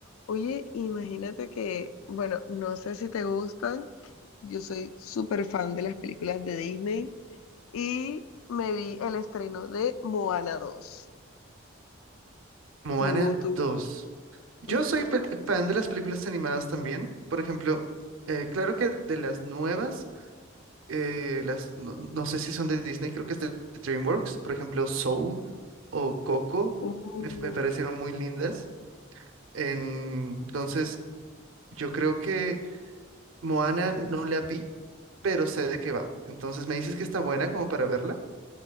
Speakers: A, on the left (about 80°); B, on the right (about 75°).
A: Oye, imagínate que, bueno, no sé si te gustan, yo soy súper fan de las películas de Disney y me vi el estreno de Moana dos.
B: Moana
A: Tú, tú.
B: 2. Yo
A: Ujú.
B: soy pe- fan de las películas animadas también. Por ejemplo, eh, claro que de las nuevas, eh, las, no, no sé si son de Disney, creo que es de DreamWorks. Por ejemplo, Soul o Coco
A: Uh.
B: me, me parecieron muy lindas. En- entonces, yo creo que Moana no la vi, pero sé de qué va. Entonces, ¿me dices que está buena como para verla?